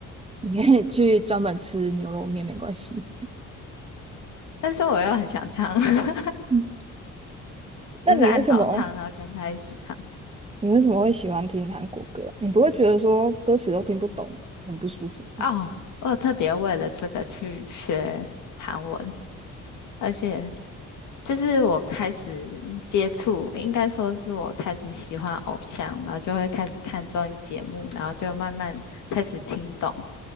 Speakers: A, on the right (about 20°); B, on the left (about 75°).
A: 你可以去专门吃牛肉面，没关系。
B: 但是我又很想唱，<laughs>
A: 嗯，
B: 就是按倒唱，
A: 那你为什么
B: 然后跟他一起唱。
A: 你为什么会喜欢听韩国歌啊你不会觉得说歌词都听不懂，很不舒服吗？
B: 哦，我有特别为了这个去学韩文，而且就是我开始接触，应该说是我开始喜欢偶像，然后就会开始看综艺节目，然后就慢慢开始听懂，